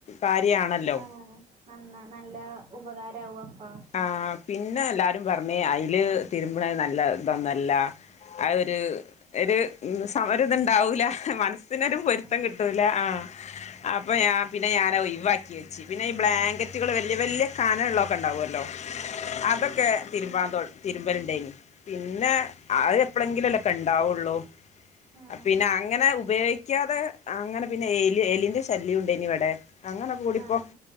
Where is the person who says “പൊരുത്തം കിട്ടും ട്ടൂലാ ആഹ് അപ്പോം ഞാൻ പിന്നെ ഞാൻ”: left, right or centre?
Left